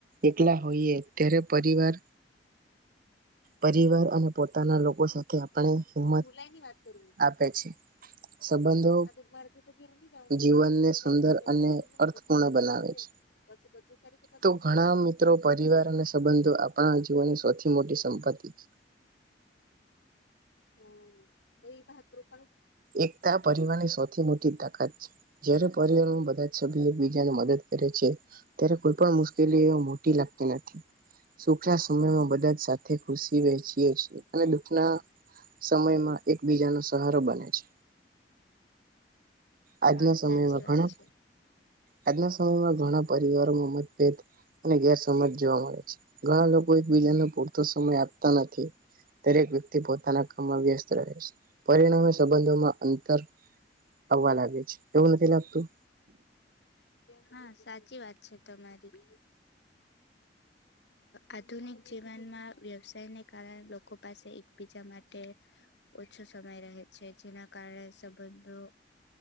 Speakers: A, on the right (about 55°); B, on the left (about 75°).
A: એકલા હોઈએ ત્યારે પરિવાર પરિવાર અને પોતાના લોકો સાથે આપણે હિંમત
B: જુલાઈ ની વાત કરું
A: આપે છે સંબંધો
B: આ મારે તો
A: જીવનને
B: જીસ તારીખથી
A: સુંદર
B: પ્રેક્ટલને
A: અને
B: પચીસ
A: અર્થપૂર્ણ
B: તારીખથી
A: બનાવે
B: પોતે
A: છે
B: પછી પચીસ તારીખે.
A: તો ઘણા મિત્રો પરિવાર અને સંબંધો આપણા જીવનની સૌથી મોટી સંપત્તિ છે.
B: હમ એ <unintelligible>
A: એકતા પરિવારની સૌથી મોટી તાકાત છે, <unintelligible> પરિવારમાં બધા જ સભ્ય એકબીજાને મદદ કરે છે, ત્યારે કોઈ પણ મુશ્કેલી મોટી લાગતી નથી સુખના સમયમાં બધા સાથે ખુશી વહેચીએ છીએ અને દુખના. સમયમાં એકબીજાનો સહારો બને છે. આજના
B: હા
A: સમયમાં
B: સાચી વાત
A: ઘણા
B: છે.
A: આજના સમયમાં ઘણા પરિવારો. <inaudible> અને ગેરસજ જોવા મળે છે, ઘણા લોકો એકબીજાને પૂરતો સમય આપ નથી દરેક વ્યક્તિ પોતાના કામમાં વ્યસ્ત રહે છે, પરિણામે સંબંધોમાં અંતર આવવા લાગે છે એવું નથી લાગતું
B: <unintelligible> હા સાચી વાત છે, તમારી આધુનિક જીવનમાં વ્યવસાયને કારણે લોકો પાસે એકબીજા માટે ઓછો સમય રહે છે, જેના કારણે સંબંધો